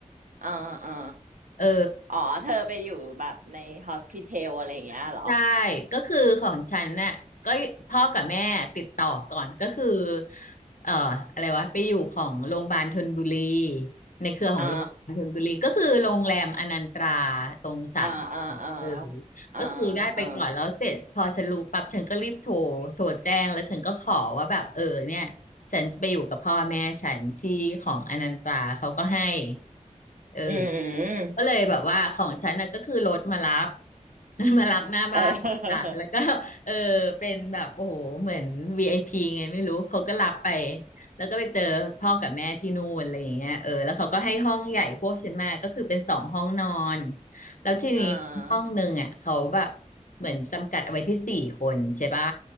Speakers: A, on the right; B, on the left.
A: อ๋ออ๋อ
B: เออ
A: อ๋อเธอไปอยู่แบบในฮอสพิทอลอะไรอย่างเงี้ยเหรอ
B: ใช่ก็คือของฉันน่ะก็พ่อกับแม่ติดต่อก่อนก็คือเอ่ออะไรวะไปอยู่ของโรงพยาบาลธนบุรีในเครือของโรงพยาบาลธนบุรีก็คือโรงแรมอนันตรา
A: อ๋อ
B: ตรงสาทร
A: อ๋ออ๋ออ๋อ
B: เออ
A: อ๋อ
B: ก็คือได้ไปก่อนแล้วเสร็จพอฉันรู้ปั๊บฉันก็รีบโทรโทรแจ้งแล้วฉันก็ขอว่าแบบเออเนี่ย
A: อ๋อ
B: ฉันจะไปอยู่กับพ่อแม่ฉันที่ของอนันตราเขาก็ให้เออ
A: อืม
B: ก็เลยแบบว่าของฉันน่ะก็คือรถมารับ <laughs> มารับหน้าบ้านค่ะแล้วก็เออเป็นแบบโอ้โหเหมือน
A: เออ
B: VIP ไอพีไงไม่รู้เขาก็รับไปแล้วก็ไปเจอพ่อกับแม่ที่นู่นอะไรอย่างเงี้ยเออแล้วเขาก็ให้ห้องใหญ่พวกฉันมาก็คือเป็นสองห้องนอนแล้วทีนี้ห้องหนึ่งอ่ะเขาแบบ
A: อ่า
B: เหมือนจำกัดเอาไว้ที่สี่คนใช่ป่ะ